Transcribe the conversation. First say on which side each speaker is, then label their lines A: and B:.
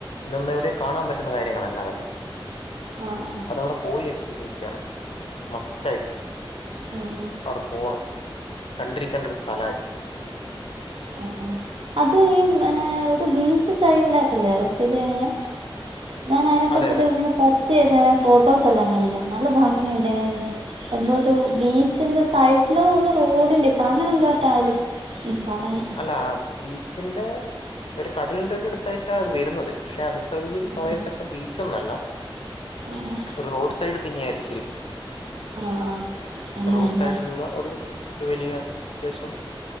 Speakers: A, on the left (about 85°); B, on the right (about 75°).
A: ഇതൊന്ന് എവിടെയും കാണാ പറ്റുന്ന കാര്യങ്ങളല്ല അതെല്ലോ.
B: ആഹ ആ.
A: അവടെ പോയി എക്സ്പീരിയൻസ് ചെയ്യണം. മസ്റ്റയിട്ട്
B: ആഹ്
A: അവിടെ പോണം. കണ്ടിരിക്കണ്ട ഒരു സ്ഥല
B: ആ അ അത് ഈ പിന്നെ ഒരു ബീച്ച് സൈഡിലായിട്ടല്ലേ അത് സ്ഥിതി ചെയ്യ്ന്നെ? ഞാൻ അതിനെ പറ്റിട്ട്
A: അതെ അതെ
B: ഇങ്ങനെ സെർച്ച് ചെയ്ത് രെ ഫോട്ടോസ് എല്ലാം കണ്ടു നല്ല ഭംഗിണ്ടേ. എന്തോ ഒരു ബീച്ചിന്റെ സൈഡിലോ അ റോഡിന്റെ അ അങ്ങനെ എന്ധോ റ്റായാലും പഠനം
A: അല്ല ബീച്ചിന്റെ ഒരു കടലിന്റെ ഒ അടുത്തായിട്ടാ അത് വെരുന്നത് പക്ഷെ അത്. <unintelligible>
B: ആഹ്
A: പറയത്തക്ക ബീച്ചൊന്നല്ല.
B: ആഹ്.
A: ഒരു റോഡ് സൈഡ് തന്നെയാത് ശെരിക്കും.
B: ആഹ് അങ്ങനെയല്ലേ
A: റോഡ് സൈഡിലുള്ള ഒര് ഒരു വെലിയ അത്യാവ്ശ്യം